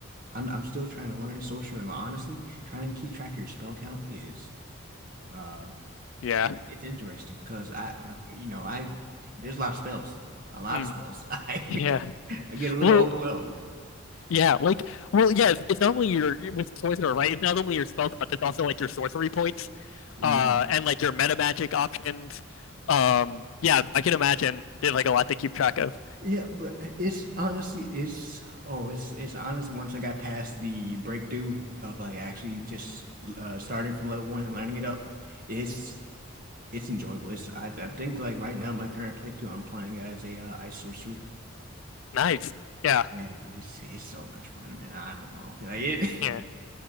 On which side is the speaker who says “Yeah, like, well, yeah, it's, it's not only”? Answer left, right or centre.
Left